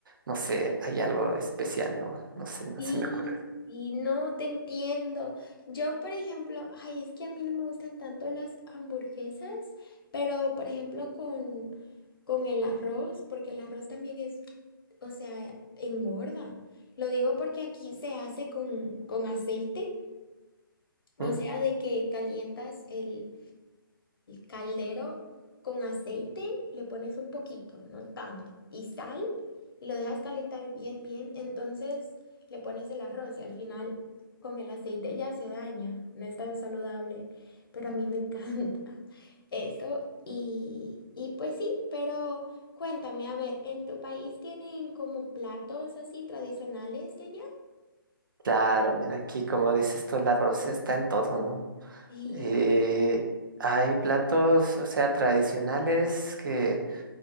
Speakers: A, on the right; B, on the left.
A: no sé, hay algo especial, no, no sé, no
B: Sí,
A: se me ocurre.
B: y no te entiendo. Yo, por ejemplo, ay, es que a mí no me gustan tanto las hamburguesas, pero por ejemplo con, con el arroz, porque el arroz también es, o sea, engorda. Lo digo porque aquí se hace con, con aceite, o
A: ¿Mm?
B: sea, de que calientas el caldero con aceite, le pones un poquito, no tanto, y sal y lo dejas calentar bien, bien. Entonces le pones el arroz y al final con el aceite ya se daña, no es tan saludable, pero a mí me encanta <laughs> eso. Y, y pues sí, pero cuéntame, a ver, ¿en tu país tienen como platos así tradicionales de allá?
A: Claro, mira, aquí como dices tú, el arroz está en todo, ¿no?
B: Sí,
A: Eh, hay platos, o sea, tradicionales que